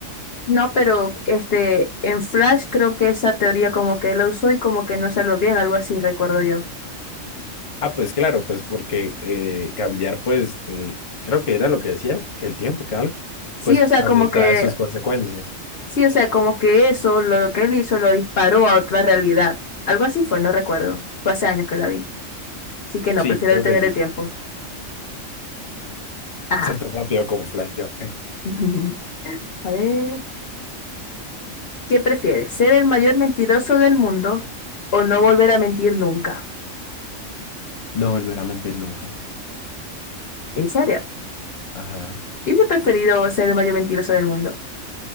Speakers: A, on the left; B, on the left.
A: No, pero este, en Flash creo que esa teoría como que la usó y como que no salió bien, algo así recuerdo yo.
B: Ah, pues claro, pues porque eh, cambiar, pues, el- creo que era lo que decía, que el tiempo, que algo,
A: Sí,
B: pues
A: o sea,
B: también
A: como
B: trae
A: que
B: sus consecuencias.
A: Sí, o sea, como que eso, lo que él hizo, lo disparó a otra realidad. Algo así fue, no recuerdo. Fue hace años que la vi. Así que no,
B: Sí,
A: prefiero
B: creo
A: detener
B: que sí.
A: el tiempo. Ajá.
B: Ser tan rápido como Flash, yo.
A: <laughs> A ver, ¿qué prefieres? ¿Ser el mayor mentiroso del mundo o no volver a mentir nunca?
B: No volver a mentir nunca.
A: ¿En serio?
B: Ajá.
A: Yo hubiese preferido ser el mayor mentiroso del mundo.